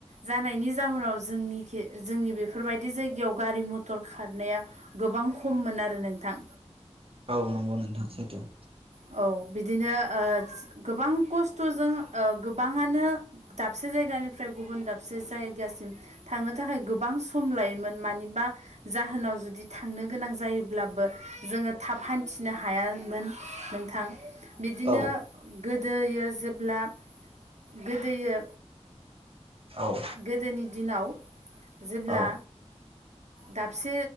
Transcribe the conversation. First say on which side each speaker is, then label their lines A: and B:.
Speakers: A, on the right (about 75°); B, on the right (about 50°).
A: जानायनि जाहोनाव जोंनि जोंनि बेफोरबायदि जायगायाव गारि मथर खारनाया गोबां खममोन आरो नोंथां
B: औ नांगौ नोंथां सैथो
A: औ बिदिनो गोबां खस्थ'जों गोबाङानो दाबसे जायगानिफ्राय गुबुन दाबसे जायगासिम थांनो थाखाय गोबां सम लायोमोन मानिबा जाहोनाव जुदि थांनो गोनां जायोब्लाबो जोङो थाब हान्थिनो हायामोन नोंथां बिदिनो
B: औ
A: गोदोयो जेब्ला गोदोयो
B: औ
A: गोदोनि दिनाव जेब्ला
B: औ
A: दाबसे